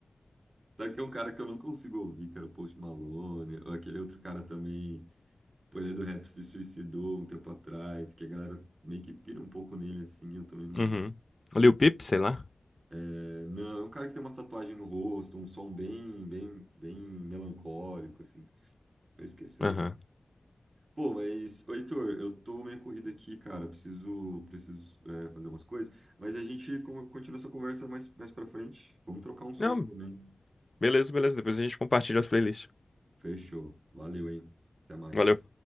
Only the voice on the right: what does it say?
Sabe que é um cara que eu não consigo ouvir, que era o Post Malone, ou aquele outro cara também, pô, ele é do rap, se suicidou um tempo atrás, que a galera meio que pira um pouco nele, assim, eu também não...
É, não, é um cara que tem uma tatuagem no rosto, um som bem, bem, bem melancólico, assim. Eu esqueci
o nome. Pô, mas, ô, Heitor, eu tô meio corrido aqui, cara, preciso, preciso, é, fazer umas coisas, mas a gente con- continua essa conversa mais, mais pra frente. Vamos trocar um som
também.
Fechou. Valeu, hein? Até mais.